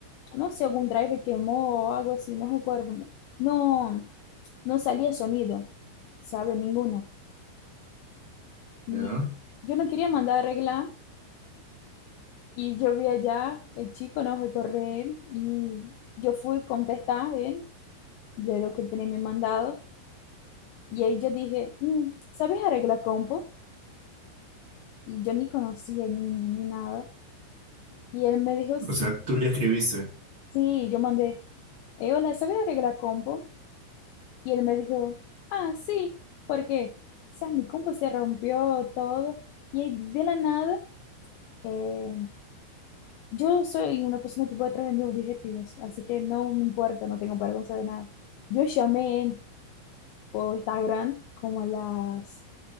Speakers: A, on the left; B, on the right.
A: no sé, algún drive quemó o algo así, no recuerdo. No, no salía sonido, ¿sabe? Ninguno. Y
B: Ya.
A: yo no quería mandar a arreglar y yo vi allá, el chico no recorre él y yo fui a contestar él de lo que tenía me mandado y ahí yo dije, "Mm, ¿sabes arreglar compo? Y yo ni conocía ni, ni nada. Y él me dijo,
B: O sea, tú le escribiste.
A: sí, yo mandé, eh, hola, ¿sabes arreglar compo? Y él me dijo, ah, sí, porque, o sea, mi compu se rompió todo. Y de la nada, eh, yo soy una persona que puede traer mis objetivos, así que no me importa, no tengo vergüenza de nada. Yo llamé en- por Instagram como a las,